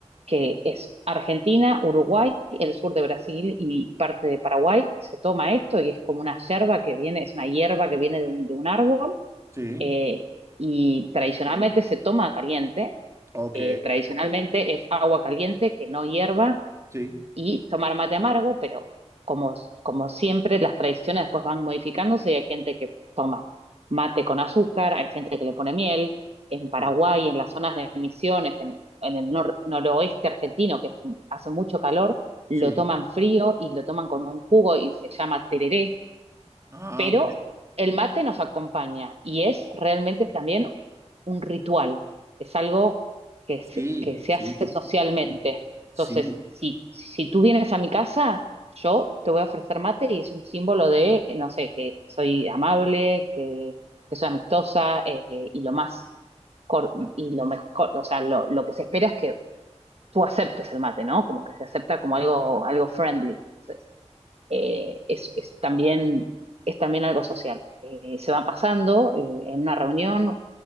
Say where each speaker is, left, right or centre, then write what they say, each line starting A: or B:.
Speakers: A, on the right; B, on the right.
A: que es Argentina, Uruguay, el sur de Brasil y parte de Paraguay. Se toma esto y es como una yerba que viene, es una hierba que viene de un, de un árbol
B: sí,
A: eh, y tradicionalmente se toma caliente.
B: ok,
A: eh, tradicionalmente es agua caliente que no hierba
B: sí,
A: y tomar mate amargo, pero como, como siempre, las tradiciones después van modificándose y hay gente que toma mate con azúcar, hay gente que le pone miel. En Paraguay,
B: sí,
A: en las zonas de Misiones, en, en el nor- noroeste argentino, que hace mucho calor, lo
B: sí.
A: toman frío y lo toman con un jugo y se llama tereré
B: Ah,
A: pero
B: ok.
A: el mate nos acompaña y es realmente también un ritual, es algo que
B: Sí,
A: se, que se
B: sí,
A: hace
B: sí,
A: socialmente. Entonces,
B: sí.
A: si, si tú vienes a mi casa, yo te voy a ofrecer mate y es un símbolo de, no sé, que soy amable, que, que soy amistosa eh, y lo más, cor- y lo mejor, o sea, lo, lo que se espera es que tú aceptes el mate, ¿no? Como que se acepta como algo, algo friendly eh, es, es también, es también algo social. Eh, se van pasando eh, en una reunión,